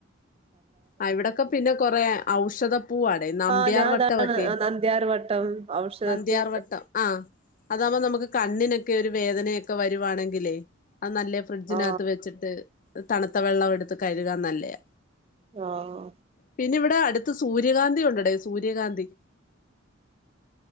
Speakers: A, on the left; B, on the right.
A: ആഹ് ഇവിടൊക്കെ പിന്നെ കൊറേ ഔഷധപ്പൂവാണ്. നമ്പ്യാർ
B: ആ ഞാൻ
A: വട്ടം
B: അതാണ്
A: ഒക്കെ
B: നന്ദ്യാർ വട്ടം ഔഷധത്തി
A: നന്ദ്യാർ വട്ടം ആഹ് അതാവുമ്പോ നമുക്ക് കണ്ണിനൊക്കെ ഒരു വേദനയൊക്കെ വരുവാണെങ്കിലേ അത് നല്ല ഫ്രിഡ്ജിനകത്ത്
B: ആ
A: വെച്ചിട്ട് തണുത്ത വെള്ളം എടുത്ത് കഴുകാൻ നല്ലെയാ
B: ആഹ്
A: പിന്നെ ഇവിടെ അടുത്ത് സൂര്യകാന്തി ഉണ്ടടെ സൂര്യകാന്തി